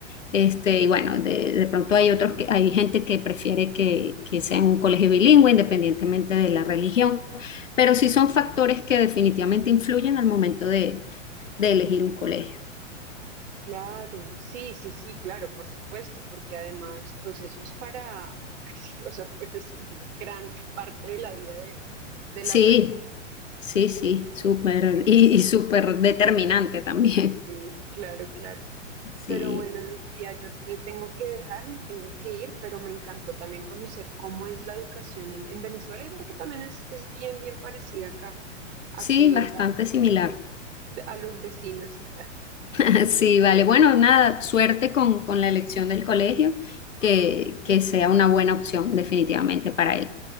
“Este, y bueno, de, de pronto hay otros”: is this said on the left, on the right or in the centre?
Left